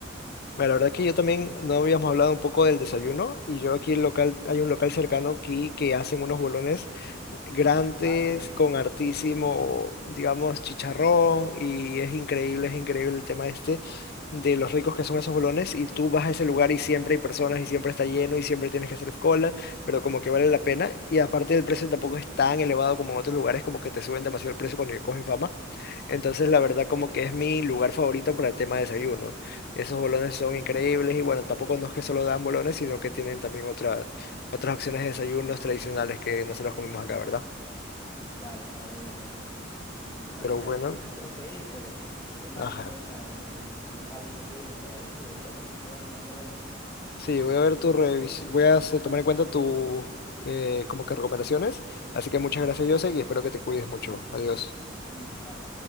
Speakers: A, on the left; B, on the left.
A: Mira, la verdad que yo también no habíamos hablado un poco del desayuno y yo aquí el local, hay un local cercano aquí que hacen unos bolones grandes
B: Ah, ok,
A: con hartísimo, digamos, chicharrón y es increíble, es increíble el tema este de los ricos que son esos bolones y tú vas a ese lugar y siempre hay personas y siempre está lleno y siempre tienes que hacer cola, pero como que vale la pena y aparte el precio tampoco es tan elevado como en otros lugares, como que te suben demasiado el precio cuando ya cogen fama, entonces la verdad como que es mi lugar favorito para el tema de desayuno. Esos bolones son increíbles y bueno, tampoco no es que solo dan bolones, sino que tienen también otras otras opciones de desayunos tradicionales que no se los comemos acá, ¿verdad?
B: claro, claro, obviamente. Y bueno,
A: Pero
B: Carlos,
A: bueno,
B: yo me tengo que ir, pero toma
A: ajá.
B: en cuenta los, lu- los locales que te dije para ver si te animas y vas a almorzar ahí.
A: Sí, voy a ver tu revisión, voy a hacer- tomar en cuenta tu eh, como que recomendaciones. Así que muchas
B: ¿Ya?
A: gracias, Jose, y espero que te cuides mucho. Adiós.
B: Realmente, chao.